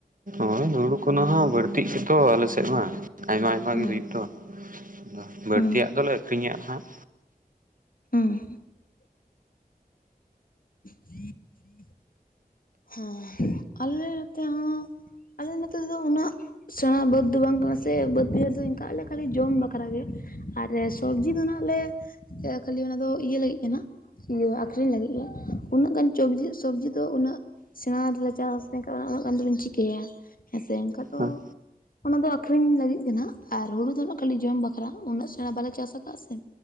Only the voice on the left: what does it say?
ᱦᱮᱸ
ᱦᱮᱸ
ᱦᱩᱸ ᱦᱮᱸ ᱟᱞᱮ ᱱᱚᱛᱮ ᱦᱚᱸ ᱟᱞᱮ ᱱᱚᱛᱮ ᱫᱚ ᱩᱱᱟᱹᱜ ᱥᱮᱬᱟ ᱵᱟᱹᱫᱽ ᱫᱚ ᱵᱟᱝ ᱠᱟᱱᱟ ᱥᱮ ᱵᱟᱹᱫᱽ ᱵᱟᱹᱭᱦᱟᱹᱲ ᱫᱚ ᱤᱱᱠᱟᱜᱞᱮ ᱠᱷᱟᱹᱞᱤ ᱡᱚᱢ ᱵᱟᱠᱷᱨᱟ ᱜᱮ᱾ ᱟᱨ ᱥᱚᱵᱽᱡᱤ ᱫᱚ ᱟᱜ ᱞᱮ ᱠᱷᱟᱹᱞᱤ ᱚᱱᱟ ᱫᱚ ᱤᱭᱟᱹ ᱞᱟᱹᱜᱤᱫ ᱠᱟᱱᱟ᱾ ᱤᱭᱟᱹ ᱟᱠᱷᱨᱤᱧ ᱞᱟᱹᱜᱤᱫ ᱜᱮ ᱩᱱᱟᱹᱜ ᱜᱟᱱ ᱪᱚᱵᱡᱤ ᱥᱚᱵᱡᱤ ᱫᱚ ᱩᱱᱟᱹᱜ ᱥᱮᱬᱟ ᱛᱮᱞᱮ ᱪᱟᱥ ᱮᱱᱠᱷᱟᱱ ᱩᱱᱟᱹᱜ ᱜᱟᱱ ᱫᱚᱞᱤᱧ ᱪᱤᱠᱟᱹᱭᱟ ᱦᱮᱸᱥᱮ? ᱮᱱᱠᱷᱟᱱ ᱫᱚ
ᱚᱱᱟ ᱫᱚ ᱟᱠᱷᱨᱤᱧ ᱞᱟᱹᱜᱤᱫ ᱜᱮ ᱟᱨ ᱦᱩᱲᱩ ᱫᱚ ᱱᱟᱜ ᱠᱷᱟᱹᱞᱤ ᱡᱚᱢ ᱵᱟᱠᱷᱨᱟ ᱩᱱᱟᱹᱜ ᱥᱮᱬᱟ ᱵᱟᱞᱮ ᱪᱟᱥ ᱠᱟᱫᱟ ᱥᱮ